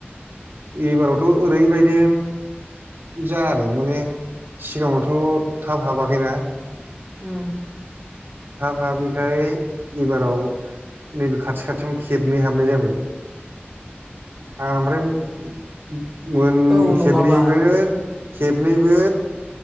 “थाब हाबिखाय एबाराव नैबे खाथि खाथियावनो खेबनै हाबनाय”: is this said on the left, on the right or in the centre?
Right